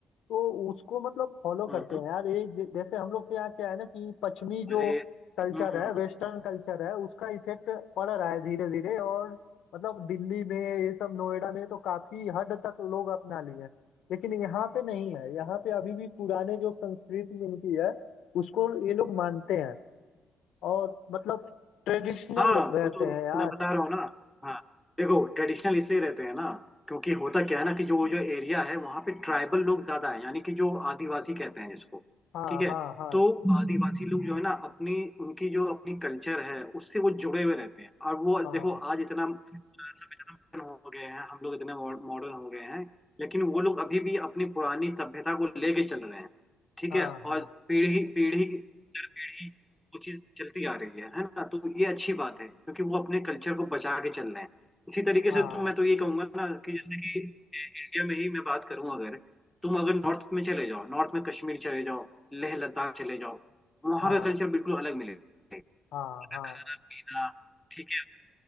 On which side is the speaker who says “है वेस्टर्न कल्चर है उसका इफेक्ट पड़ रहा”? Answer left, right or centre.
Left